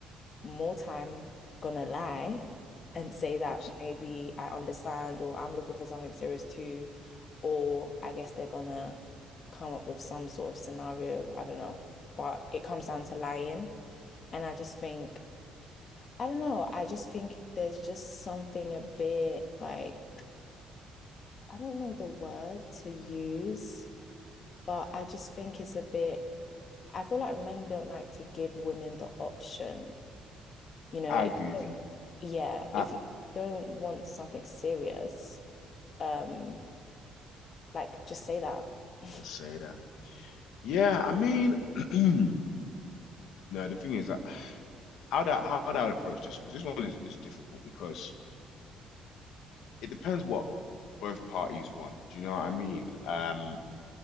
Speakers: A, on the left; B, on the left.
A: more time gonna lie and say that
B: course.
A: maybe I understand or I'm looking for something serious too. Or I guess they're gonna come up with some sort of scenario. I don't know. But it comes down to lying. And I just think, I don't know, I just think there's just something a bit like I don't know the word to use, but I just think it's a bit, I feel like men don't like to give women the option. You know,
B: I
A: if,
B: agree with you.
A: yeah,
B: I
A: if you don't want something serious, um, like just say that. <laughs>
B: just say that. Yeah, I mean, <clears throat> no, the thing is that how that how that I approach this because this one is, is difficult because it depends what both parties want. Do you know what I mean? Um,